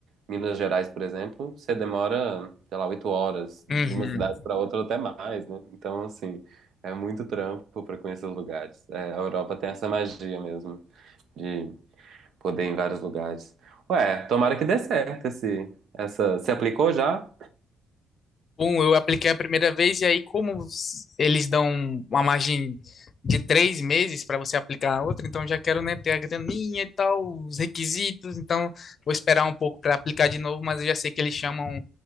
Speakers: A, on the right (about 65°); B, on the left (about 50°).
A: Minas Gerais, por exemplo, você demora, sei lá, oito horas
B: Uhum.
A: de uma cidade para outra ou até mais, né? Então, assim, é muito trampo para conhecer os lugares. É, a Europa tem essa magia mesmo. de Poder em vários lugares. Ué, tomara que dê certo esse, essa. Você aplicou já?
B: Um, eu apliquei a primeira vez, e aí, como s- eles dão uma margem de três meses para você aplicar a outra, então já quero, né, ter a graninha e tal, os requisitos, então vou esperar um pouco para aplicar de novo, mas eu já sei que eles chamam